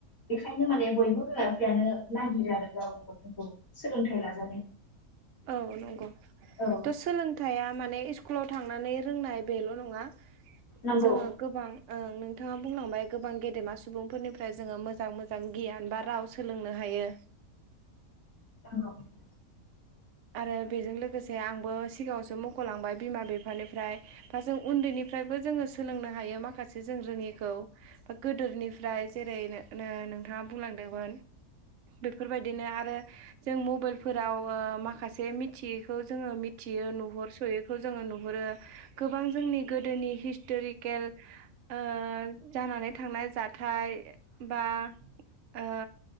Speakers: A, on the left (about 65°); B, on the right (about 60°).
A: बेखायनो माने बयबो बिमा बिफायानो नागिरो आरो गावनि गथ'खौ सोलोंथाइ लाजानो।
B: औ नंगौ।
A: औ।
B: थ' सोलोंथाइया माने स्कुलाव थांनानै रोंनाय बेल' नङा
A: नंगौ
B: जोङो गोबां ओं नोंथाङा बुंलांबाय गोबां गेदेमा सुबुंफोरनिफ्राय जोङो मोजां मोजां गियान बा राव सोलोंनो हायो।
A: औ।
B: आरो बेजों लोगोसे आंबो सिगाङावसो मख'लांबाय बिमा बिफानिफ्राय बा जों उन्दैनिफ्रायबो जोङो सोलोंनो हायो माखासे जों रोङिखौ। बा गोदोनिफ्राय जेरै नों नोंथाङा बुंलांदोंमोन बेफोरबायदिनो आरो जों मबाइलफोराव ओ माखासे मिथियै खौ जोङो मिथियो नुहरसयैखौ जोङो नुहुरो गोबां जोंनि गोदोनि हिस्ट'रिकेल ओ जानानै थांनाय जाथाय बा ओ